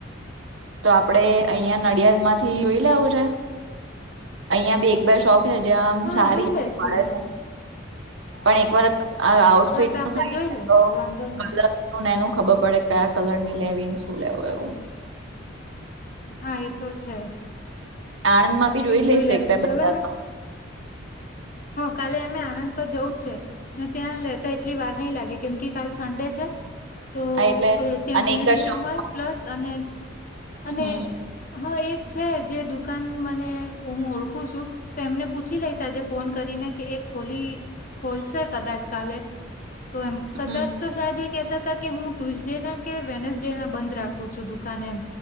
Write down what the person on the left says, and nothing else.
હા
જોઈ લેશું
હા તો આપડે
જોઈ
લેશું
વાંધો નહી
હા એ તો છે
એ જોઈ
લેશુ
ચલોને
કાલે અમે આણંદ તો જવું જ છે ને ત્યાં લેતા એટલી વાર નહીં લાગે કેમ કે કાલ સન્ડે છે તો
ત્યાં
ભીડ
નહી
હોય પ્લસ અને અને
હા એક છે જે દુકાન મને હું ઓળખું છું તો એમને પૂછી લઈશ આજે ફોન કરીને કે ખોલીો લશે કદાચ કાલે તો એમ કદાચ
તો સાજે કેતા હતા કે હું ટ્યુઝડે ના કે વેનસડે ના બંધ રાખું છું દુકાન એમ.